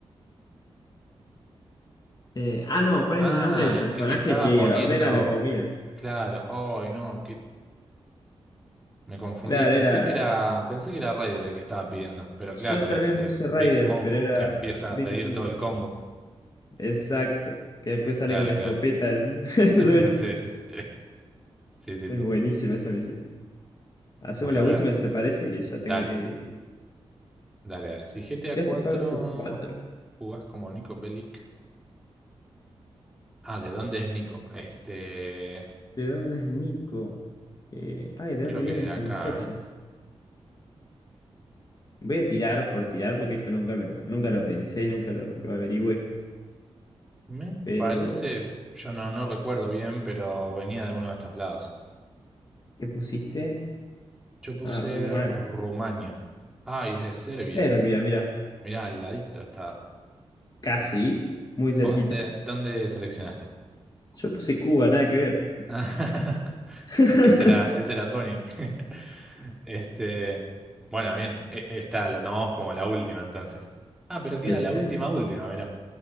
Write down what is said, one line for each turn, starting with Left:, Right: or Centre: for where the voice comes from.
Left: Eh, ah, no, ¿cuál
Centre: Ah,
Left: es el nombre del personaje
Centre: el que estaba
Left: que
Centre: poniendo.
Left: ordena la comida?
Centre: Claro, hoy no, que me confundí.
Left: Claro,
Centre: Pensé
Left: era.
Centre: que era, pensé que era Ryder el que estaba pidiendo, pero claro,
Left: Yo también
Centre: es, es
Left: puse Ryder,
Centre: Big Smoke
Left: pero era
Centre: que empieza
Left: Big
Centre: a pedir
Left: Smoke.
Centre: todo el combo.
Left: Exacto. Que después sale
Centre: Claro,
Left: con la
Centre: claro.
Left: escopeta el, <laughs> el
Centre: <laughs>
Left: dueño.
Centre: Sí, sí, sí. Sí, sí,
Left: Es
Centre: sí.
Left: buenísima esa misión. Hacemos
Centre: Voy
Left: la
Centre: a
Left: última,
Centre: ver.
Left: si te parece, que ya
Centre: Dale,
Left: tengo que.
Centre: dale, dale. Si GTA
Left: Gaste
Centre: 4
Left: Fauto 4?
Centre: jugás como Nico Bellic. Ah, ¿de dónde es Nico? Este,
Left: ¿De dónde es Nico? Eh, ay, ¿de
Centre: creo
Left: dónde viene
Centre: que es de
Left: este
Centre: acá,
Left: muchacho?
Centre: a ver.
Left: Voy a tirar por tirar porque esto nunca me lo, nunca lo pensé, nunca lo, lo averigüé.
Centre: Me
Left: Pero,
Centre: parece, yo no, no recuerdo bien, pero venía de uno de estos lados.
Left: ¿qué pusiste?
Centre: Yo puse
Left: Ah, Rumán.
Centre: Rumania. Ay, es de Serbia.
Left: Serbia, mira.
Centre: Mirá, al ladito estaba.
Left: Casi, muy cerquita.
Centre: ¿Vos dónde, dónde seleccionaste?
Left: Yo puse Cuba, nada que ver.
Centre: <laughs>
Left: <laughs>
Centre: Ese era, ese era Tony. <laughs> Este, bueno, bien. e- Esta la tomamos como la última entonces. Ah, pero queda
Left: Exacto.
Centre: la última, última, mira.